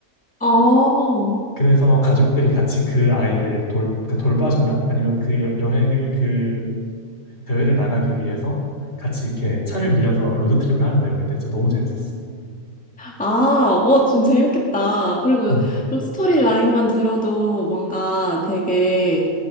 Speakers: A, in the centre; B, on the left (about 50°).
A: 어.
B: 그래서 가족들이 같이 그 아이를 돌, 그러니까 돌봐준다? 아니면 그 여, 여행을 그 대회를 나가기 위해서 같이 이렇게 차를 빌려서 로드트립을 하는 내용인데 진짜 너무 재밌었어.
A: 아, 어, 좀 재밌겠다. 그리고
B: 음.
A: 좀 스토리 라인만 들어도 뭔가 되게